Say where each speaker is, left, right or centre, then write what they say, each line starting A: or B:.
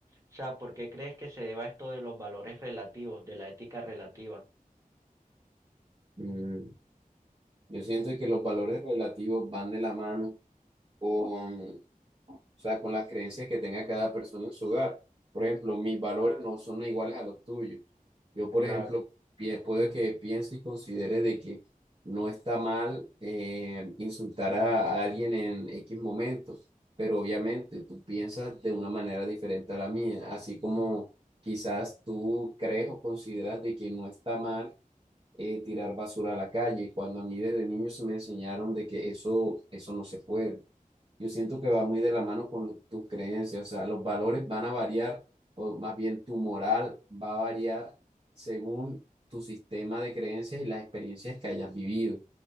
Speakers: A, on the right; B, on the right.
A: o sea, por qué crees que se deba esto de los valores relativos, de la ética relativa?
B: Mm, yo siento que los valores relativos van de la mano con o sea, con las creencias que tenga cada persona en su hogar. Por ejemplo, mis valores
A: Claro,
B: no son iguales a los tuyos. Yo, por
A: claro.
B: ejemplo, pi- puede que piense y considere de que no está mal eh, insultar a, a alguien en X momento, pero obviamente tú piensas de una manera diferente a la mía, así como quizás tú crees o consideras de que no está mal eh, tirar basura a la calle, cuando a mí desde niño se me enseñaron de que eso, eso no se puede. Yo siento que va muy de la mano con tus creencias, o sea, los valores van a variar, o más bien tu moral va a variar según tu sistema de creencias y las experiencias que hayas vivido.